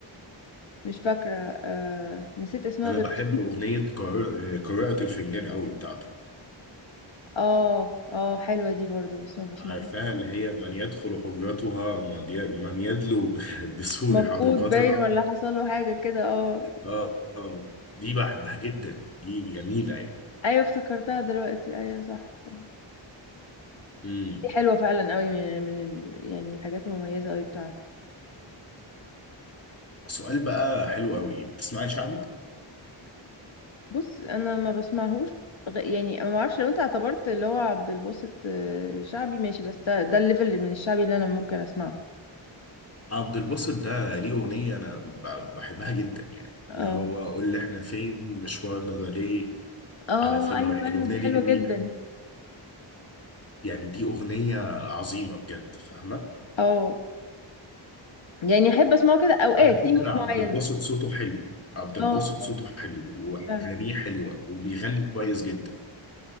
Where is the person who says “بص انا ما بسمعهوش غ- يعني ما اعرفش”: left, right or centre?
Left